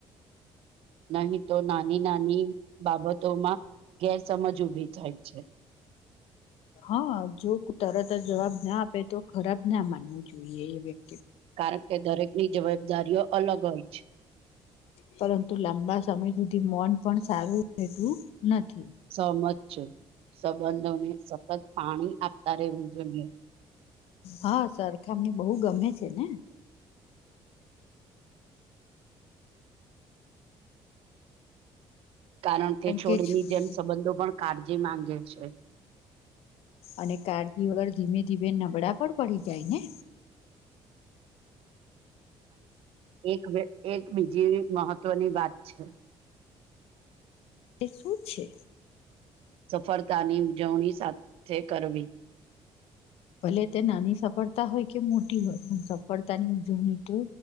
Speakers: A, on the right (about 70°); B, on the left (about 75°).
A: નહી તો નાની નાની બાબતોમાં ગેરસમજ ઉઊભી થાય છે
B: હા જો તરત જ જવાબ ના આપે તો ખરાબ ના માનવું જોઈએ એ વક્તિ
A: કારણ કે દરેક ની જવાબદારીઓ અલગ હોય છે
B: પરંતુ લાંબા સમય સુધી મન પણ સારું રહેતું નથી
A: સહમત છે સંબંધોને સતત પાણી આખત્યારે ઉર્જવ્યો
B: હા સરખામણી બહુ ગમે છે ને
A: કારણ તે છોડીની
B: કે છ-
A: જેનસબંધો પણ કાળજી માંગે છે
B: અને કળજી વગર ધીમે ધીમે નબળા પણ પડી જાય ને
A: એક એક બીજી મહત્વની વાત છે
B: એ શું છે
A: સફળતાની ઉજવણી સાથે કરવી
B: ભલે તે નાની સફળતા હોય કે મોટી હોય પણ સફળતાની ઉજવણી તો